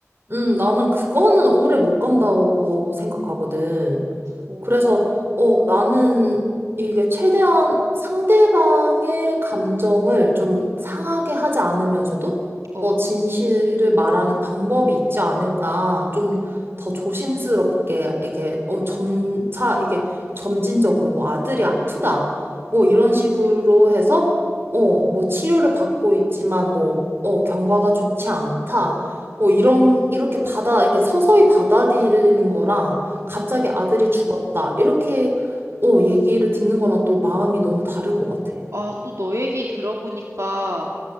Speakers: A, on the right; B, on the right.
A: 음, 나는 그거는 오래 못 간다고 생각하거든.
B: 오,
A: 그래서 어, 나는 이게 최대한 상대방의 감정을 좀 상하게 하지 않으면서도
B: 어,
A: 어, 진실을 말하는 방법이 있지 않을까 좀 더 조심스럽게 이게 어, 점차 이게 점진적으로 뭐 아들이 아프다 어, 이런 식으로 해서 어, 뭐 치료를 받고 있지만 뭐 어, 경과가 좋지 않다 어, 이런 이렇게 받아 이렇게 서서히 받아들이는 거랑 갑자기
B: 음.
A: 아들이 죽었다. 이렇게, 어, 얘기를 듣는 거랑 또 마음이 너무 다를 것 같아.
B: 아, 또 너 얘기 들어보니까